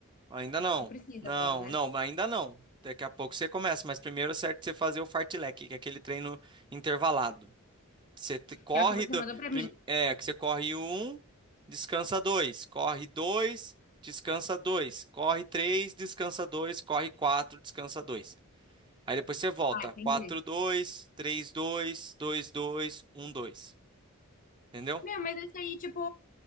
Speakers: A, on the right; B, on the left.
A: Ainda não.
B: Não precisa
A: Não,
B: agora, né?
A: não, ainda não. Daqui a pouco você começa, mas primeiro é certo você fazer o fartlek, que é aquele treino intervalado. Você te- corre
B: Que é o que você
A: do,
B: mandou pra
A: prim-
B: mim.
A: é, que você corre um, descansa dois, corre dois, descansa dois, corre três, descansa dois, corre quatro, descansa dois. Aí depois você volta,
B: Ah, entendi.
A: quatro, dois, três, dois, dois, dois, um, dois. Entendeu?
B: Meu, mas esse aí, tipo,